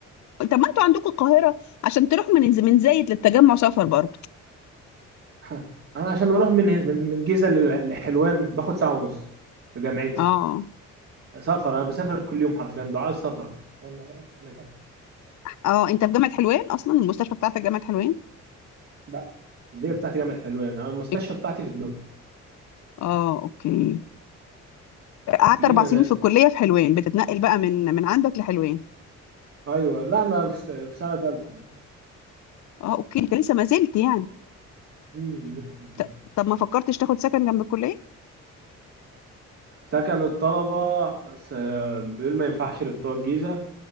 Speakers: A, on the left; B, on the right.
A: طب ما انتوا عندكم القاهرة عشان تروح من ز- من زايد للتجمع سفر برضه
B: <laughs> أنا عشان أروح من من الجيزة ل- لحلوان باخد ساعة ونص لجامعتي
A: اه
B: سفر أنا بسافر كل يوم حرفيا دعاء السفر وأنا رايح وأنا جاي
A: اه انت في جامعة حلوان اصلا المستشفى بتاعتك جامعة حلوان
B: لا الكلية بتاعتي جامعة حلوان أنا المستشفى
A: إك-
B: بتاعتي في الدقي
A: اه اوكي قعدت
B: لينا
A: اربع سنين
B: ناس
A: في الكلية في حلوان بتتنقل بقى من من عندك لحلوان
B: أيوه لا أنا في في سنة تالتة
A: اه اوكي انت لسه ما زلت يعني
B: مم، لسه ما نزلت
A: ط- طب ما فكرتش تاخد سكن جنب الكلية
B: سكن الطلبة س- بيقول ما ينفعش لبتوع الجيزة